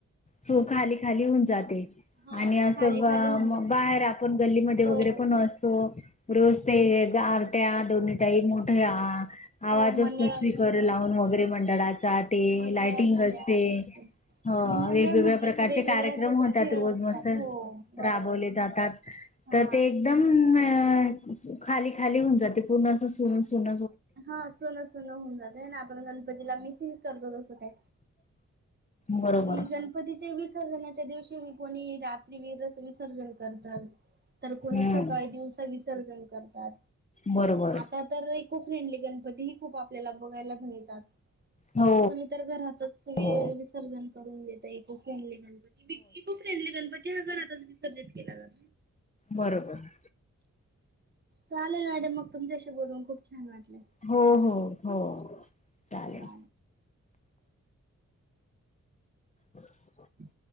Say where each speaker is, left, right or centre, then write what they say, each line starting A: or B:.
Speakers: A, on the left; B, on the right.
A: सु खाली खाली होऊन जाते.
B: ह
A: आणि असं
B: खाली खाली होणार
A: बाहेर आपण गल्लीमध्ये वगैरे
B: हो
A: पण असतो रोज. ते आरत्या दोन्ही टाईम मोठ्या. आवाज
B: हो मंडळांमध्ये
A: असतो स्पीकर लावून
B: हो
A: वगैरे मंडळाचा ते
B: मंडळांमध्ये
A: लाइटिंग असते.
B: म्हणजे
A: हो
B: आणि मंडळ
A: वेगवेगळ्या
B: म्हटलं
A: प्रकारचे
B: की वेगवेगळ्या
A: कार्यक्रम
B: ह्याचे पण
A: होतात
B: खेळ
A: रोज
B: असतात
A: मस्त
B: हो बरोबर
A: राबवले जातात.
B: हा.
A: तर ते एकदम अ खाली खाली होऊन जाते पूर्ण अस सुन सुन.
B: हा सोनं सोनं होऊन जातंय ना आपण गणपतीला मिसिंग करतो तसं काय.
A: बरोबर
B: आणि गणपतीचे विसर्जनाच्या दिवशी. कोणी रात्री वरस विसर्जन करतात. तर कोणी
A: हम्म
B: सकाळी दिवसा विसर्जन करतात.
A: बरोबर
B: आता तर इको फ्रेंडली गणपती ही खूप. आप बघायलाात
A: हो
B: कोणी तर घरातच.
A: हो
B: देत eco friendly Ganpati eco friendly Ganpati ह्या घरातच विसर्जित केला जातो.
A: बरोबर.
B: चालेल मॅडम मग तुमच्याशी बोलून खूप. छान वाटले.
A: हा हो हो. चालेल
B: का.
A: ह.
B: हम्.